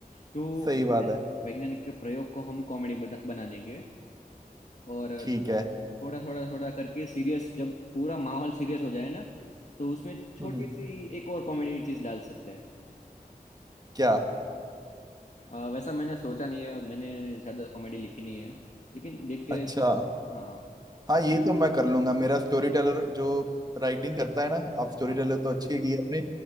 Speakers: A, on the left; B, on the right.
A: तो
B: सही बात है
A: वैज्ञानिक के प्रयोग को हम कॉमेडी बना बना देंगे और
B: ठीक
A: थोड़ा
B: है
A: थोड़ा थोड़ा थोड़ा करके सीरियस जब पूरा माहौल सीरियस हो जाए ना तो उसमें छोटी
B: हम्म
A: सी एक और कॉमेडी चीज डाल सकते हैं
B: क्या
A: अ, वैसा मैंने सोचा नहीं है मैंने शायद कॉमेडी लिखी नहीं है लेकिन देख के
B: अच्छा
A: कुछ हाँ
B: हाँ ये तो मैं कर लूंगा मेरा स्टोरी टेलर जो राइटिंग करता है ना आप स्टोरी
A: हाँ
B: टेलर तो अच्छी है की आपने